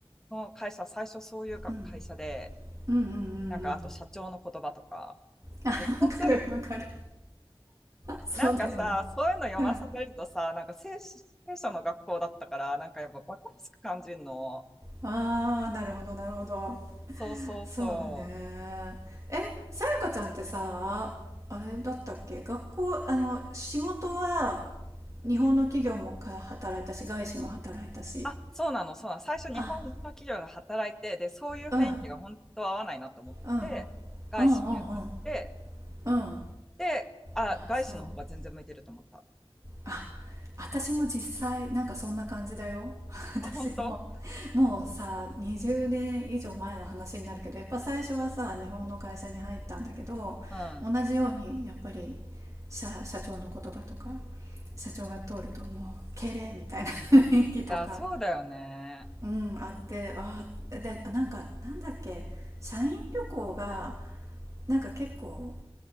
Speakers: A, in the centre; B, on the right.
A: の会社、最初そういうか会社で、
B: うんうんうんうんうん
A: なんかあと社長の言葉とか、
B: あ <laughs>
A: で、そうする
B: わかるわかるそうだよね
A: なんかさ、そういうの読まされるとさ、
B: うんうん
A: なんか聖書、聖書の学校だったから、なんかやっぱバカらしく感じるの。
B: ああなるほどなるほど
A: そうそうそう。
B: そうだねえさやかちゃんってさあれだったっけ学校あの仕事は日本の企業もか働いたし外資も働いたし
A: あ、そうなの、そうなの。最初日本の企業で働いて、
B: あ
A: で、そういう雰囲気が本当合わないなと思って、
B: うんうんうんうんうん
A: 外資に移って、
B: うんあ
A: で、あ、
B: あそう
A: 外資の方が全然向いてると思った。
B: あ私も実際なんかそんな感じだよ <laughs> 私も
A: あ、本当
B: もうさ20年以上前の話になるけどやっぱ最初はさ日本の会社に入ったんだけど同じようにやっぱり
A: うん。い
B: 社社長の言葉とか社長が通るともう敬礼みたいな雰囲気とか、
A: や、そうだよね。
B: うん、あってあでなんかなんだっけ社員旅行がなんか結構